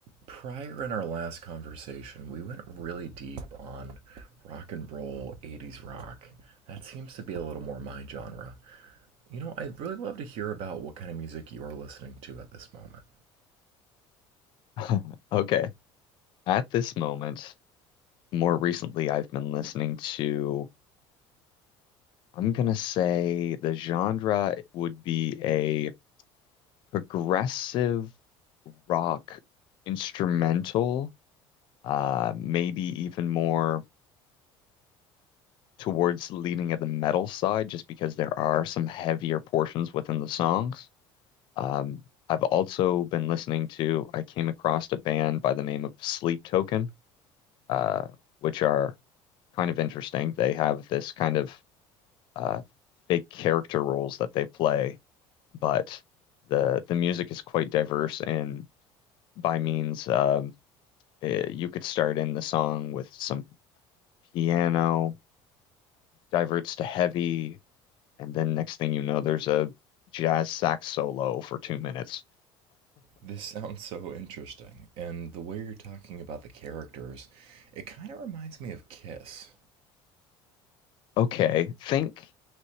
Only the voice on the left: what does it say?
<laughs> Okay. At this moment, more recently, I've been listening to, I'm gonna say the genre would be a progressive rock instrumental, uh, maybe even more towards leaning at the metal side, just because there are some heavier portions within the songs. Um, I've also been listening to, I came across a band by the name of Sleep Token, uh, which are kind of interesting. They have this kind of uh, fake character roles that they play, but the the music is quite diverse. And by means, um, eh, you could start in the song with some piano, diverts to heavy, and then next thing you know, there's a jazz sax solo for two minutes.
Okay, think